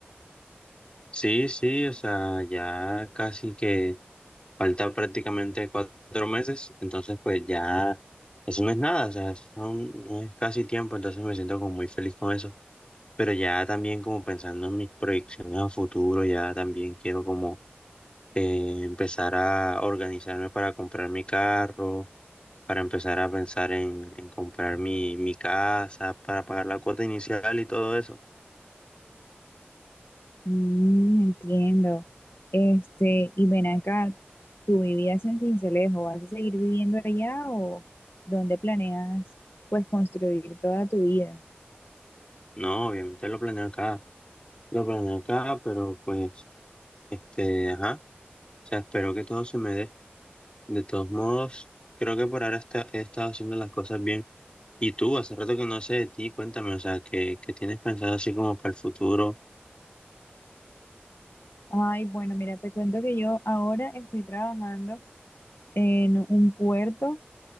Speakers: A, on the left; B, on the left.
A: Sí, sí, o sea, ya casi que falta prácticamente cuatro meses, entonces pues ya eso no es nada, o sea, eso no es casi tiempo, entonces me siento como muy feliz con eso. pero ya también como pensando en mis proyecciones a futuro, ya también quiero como eh, empezar a organizarme para comprar mi carro, para empezar a pensar en, en comprar mi, mi casa, para pagar la cuota inicial y todo eso.
B: Mm, entiendo. Este, y ven acá, ¿tú vivías en Sincelejo? ¿Vas a seguir viviendo allá o dónde planeas pues construir toda tu vida?
A: No, obviamente lo planeo acá, lo planeo acá, pero pues, este, ajá, o sea, espero que todo se me dé. De todos modos, creo que por ahora está- he estado haciendo las cosas bien. Y tú, hace rato que no sé de ti, cuéntame, o sea, ¿qué, qué tienes pensado así como para el futuro?
B: Ay, bueno, mira, te cuento que yo ahora estoy trabajando en un puerto.